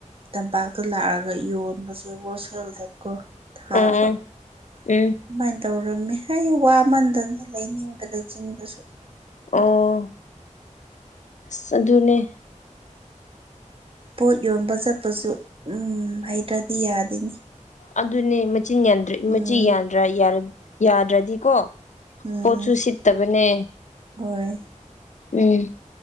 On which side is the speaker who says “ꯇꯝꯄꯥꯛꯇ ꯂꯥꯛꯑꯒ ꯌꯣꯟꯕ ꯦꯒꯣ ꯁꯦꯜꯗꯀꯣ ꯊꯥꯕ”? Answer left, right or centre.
Right